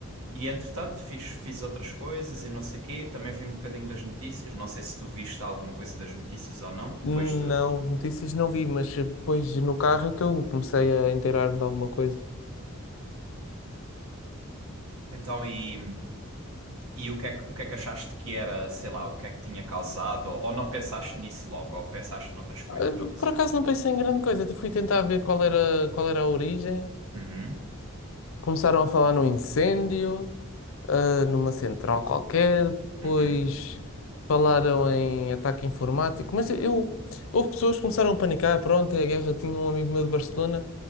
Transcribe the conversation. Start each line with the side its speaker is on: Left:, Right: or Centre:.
Right: E entretanto fiz, fiz outras coisas e não sei quê. Também vi um bocadinho das notícias. Não sei se tu viste alguma coisa das notícias ou não, depois
Left: Não,
Right: de.
Left: notícias não vi, mas depois no carro é que eu comecei a inteirar-me de alguma coisa.
Right: Então, e. E o que é que, o que é que achaste que era, sei lá, o que é que tinha causado? Ou, ou não pensaste nisso logo, ou pensaste noutras coisas,
Left: Ah,
Right: não sei.
Left: Por acaso não pensei em grande coisa, até fui tentar ver qual era, qual era a origem.
Right: Uhum,
Left: Começaram a falar num incêndio, ah, numa central qualquer, depois
Right: uhum.
Left: falaram em ataque informático, mas eu, houve pessoas que começaram a panicar, pronto, é a guerra, tinha um amigo meu de Barcelona